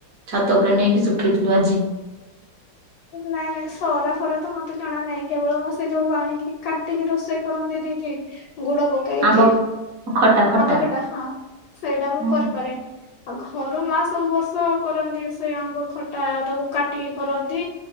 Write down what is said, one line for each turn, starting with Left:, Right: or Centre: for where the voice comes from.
Right: ଛାତ ଉପରେ ନେଇକି ଶୁଖେଇଥିଲୁ ଆଜି।
Left: ନାଇଁ ନାଇଁ ସରା ଫରା ତ ମତେ ଜଣା ନାହିଁ କେବଳ ମା ସେ ଯୋଉ ଆଣିକି କାଟିକି ରୋଷେଇ କରନ୍ତିନାଇ କି? ଗୁଡ ପକାଇକି
Right: ଆମ୍ବ ଖଟା ଖଟା
Left: ଆମ୍ବଖଟା ହଁ ସେଇଟା ମୁଁ
Right: ହଁ
Left: କରିପାରେ। ଆଉ ଘରୁ ମା ସବୁ ବର୍ଷ କରନ୍ତି ସେ ଆମ୍ବ ଖଟା ତାକୁ କାଟିକି କରନ୍ତି। ନ୍ତି